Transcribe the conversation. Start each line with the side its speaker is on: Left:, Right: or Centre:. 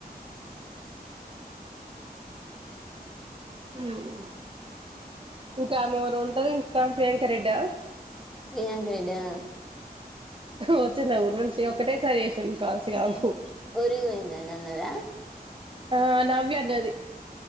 Right: హ్మ్ ఇంక ఆమె ఎవరో ఉంటది ఇంకా ప్రియాంక రెడ్డా
Centre: ప్రియాంక రెడ్డా
Right: వచ్చిందా ఊరి నుంచి ఒకటే సారి చేసినాను కాల్స్ కావచ్చు
Centre: ఊరికిపోయింది అని అన్నదా
Right: ఆ నవ్య అన్నది